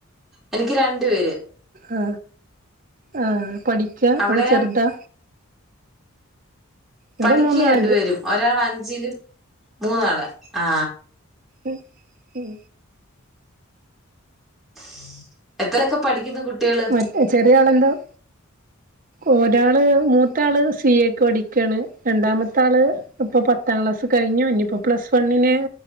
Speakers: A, in the centre; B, on the right (about 40°).
A: എനിക്ക് രണ്ടു പേര്
B: ആ ആ പഠിക്ക
A: അവിടെയോ?
B: അത ചെറുതാ ഇവിടെ
A: പഠിക്കാ
B: മൂന്നാളുണ്ട്
A: രണ്ടു പേരും ഒരാൾ അഞ്ചിലും മൂന്നാള് ആ
B: ഉം ഉം
A: <unintelligible> എത്രേലക്കെ പഠിക്കുന്നു കുട്ടികള്
B: മറ്റേ ചെറിയ ആളെന്താ ഒരാള് മൂത്താള് സിഎക് പഠിക്കണ് രണ്ടാമത്താള് ഇപ്പൊ പത്താം ക്ലാസ് കഴിഞ്ഞു ഇനിയിപ്പോ പ്ലസ് വണ്ണിന്